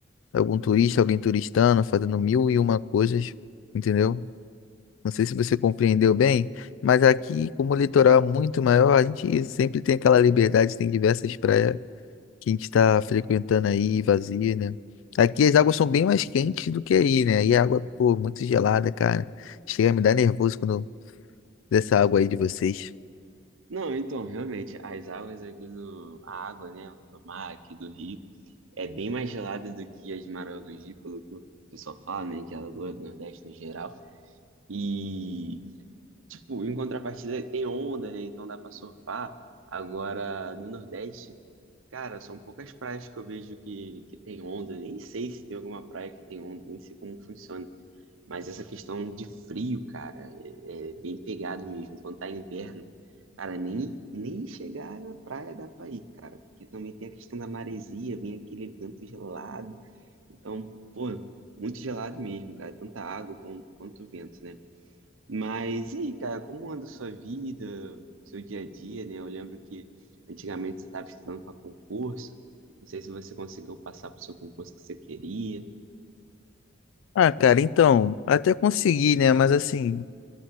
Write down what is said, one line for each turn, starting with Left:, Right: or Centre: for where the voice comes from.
Left: algum turista, alguém turistando, fazendo mil e uma coisas, entendeu? Não sei se você compreendeu bem, mas aqui, como o litoral é muito maior, a gente sempre tem aquela liberdade, tem diversas praias que a gente está frequentando aí, vazia, né? Aqui as águas são bem mais quentes do que aí, né? E a água, pô, muito gelada, cara. Chega a me dar nervoso quando eu- dessa água aí de vocês.
Right: Não, então, realmente, as águas aqui do. A água, né? Do mar aqui do Rio é bem mais gelada do que as de Maragogi, pelo que o pessoal fala, né? De Alagoas do Nordeste no geral. E, tipo, em contrapartida, tem onda, né? Então dá pra surfar. Agora, no Nordeste, cara, são poucas praias que eu vejo que, que tem onda. Nem sei se tem alguma praia que tem onda, nem sei como funciona. Mas essa questão de frio, cara, é, é bem pegado mesmo. Quando tá inverno, cara, nem, nem chegar na praia dá pra ir, cara. Porque também tem a questão da maresia, vem aquele vento gelado. Então, pô, muito gelado mesmo, cara. Tanto a água quanto, quanto o vento, né? Mas e aí, cara, como anda a sua vida, seu dia a dia, né? Eu lembro que antigamente você estava estudando para concurso. Não sei se você conseguiu passar para o seu concurso que você queria.
Left: Ah, cara, então, até consegui, né? Mas assim,